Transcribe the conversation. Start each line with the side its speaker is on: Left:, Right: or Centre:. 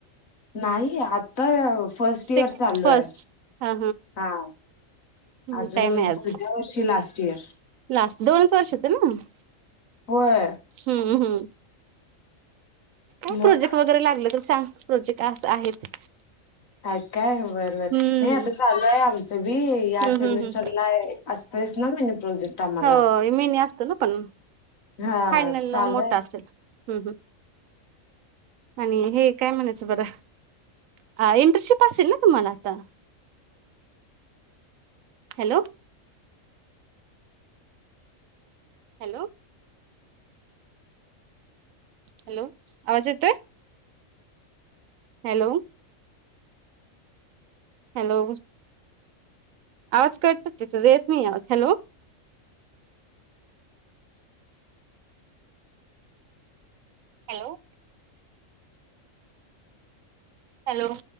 Left: नाही आता फर्स्ट इयर
Right: सेक
Left: चालू
Right: फर्स्ट
Left: हाय
Right: हा
Left: हा.
Right: टाइम
Left: अजून
Right: आहे आज
Left: पुढच्या वर्षी लास्ट इयर
Right: लास्ट दोनच वर्षाच न
Left: होय
Right: हम्म हम्म काय
Left: मग
Right: प्रोजेक्ट वगैरे लागलं तर सांग. प्रोजेक्ट असं आहेत.
Left: हाइत काय बर
Right: हम्म
Left: बर नाही आता चालू आहे आमचं बी या
Right: हम्म
Left: सेमीस्टरला
Right: हम्म हम्म
Left: असतंयच ना मीनी प्रोजेक्ट. आम्हाला.
Right: हो मीनी असत ना पण
Left: हा
Right: फायनल
Left: चालू
Right: ला मोठा
Left: आहे
Right: असल हम्म हम् आणि हे काय म्हणायचं बर हा इंटर्नशिप असेल ना तुम्हाला आता हॅलो हॅलो हॅलो आवाज येतोय हॅलो हॅलो आवाज कट होतोय तुझा येत‌ नाही आवाज हॅलो हॅलो हॅलो